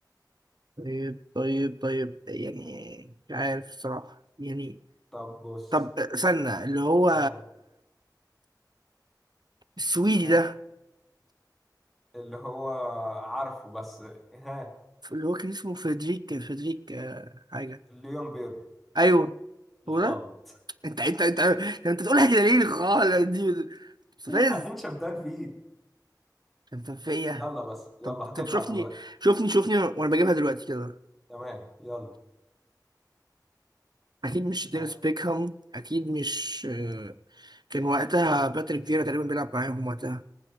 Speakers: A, on the right; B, in the centre.
A: طيب طيب طيب يعني مش عارف الصراحة يعني
B: طب بص
A: طب استنى اللي هو
B: ها
A: السويدي
B: ها
A: ده
B: اللي هو عارفه بس ها
A: اللي هو كان اسمه فريدريك فريدريك آه، حاجة
B: ليون بير
A: أيوه
B: غلط
A: هو ده
B: <laughs>
A: أنت أنت أنت كان أنت بتقولها كده ليه خالص دي مستفز
B: عشان شمتان فيه
A: أنت فيا
B: يلا بس يلا
A: طب
B: هتبلع
A: طب شوفني
B: دلوقتي
A: شوفني شوفني وأنا بجيبها دلوقتي كده
B: تمام يلا
A: أكيد مش دينيس
B: ها
A: بيكهام أكيد مش آه، كان وقتها باتريك فيرا تقريبا بيلعب معاهم وقتها